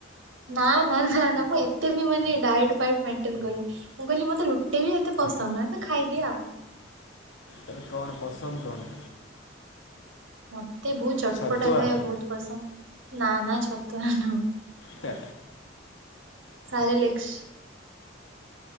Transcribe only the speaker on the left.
ତାହେଲେ କଣ ପସନ୍ଦ କଣ?
ଛତୁଆ
ଟା